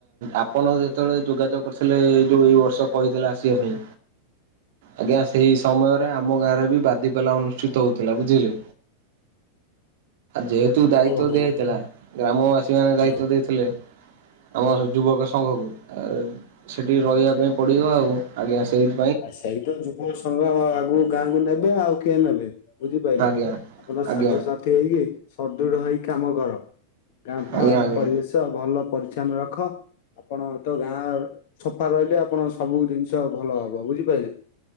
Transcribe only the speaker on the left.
ଓହୋ
ହଁ
ହଁ
ଆ ସେଇ ତ ଯୁବ ସଂଘକ ଆଗକୁ ଗାଁକୁ ନେବେ ଆଉ କିଏ ନେବେ ବୁଝିପାଇଲ
ଆପଣ
ସାଙ୍ଗସାଥ ଥି ହେଇକି ସଦୃଢ ହେଇ କାମ କର ଗାଁ ଫାଁ
ପରିବେଶ ତ ଭଲ ପରିଚ୍ଛନ୍ନ ରଖ ଆପଣ ତ ଗାଁ ସଫା ରହିଲେ ଆପଣ ସବୁ ଦିନଷ ଭଲ ହବ ବୁଝିପାଇଲେ।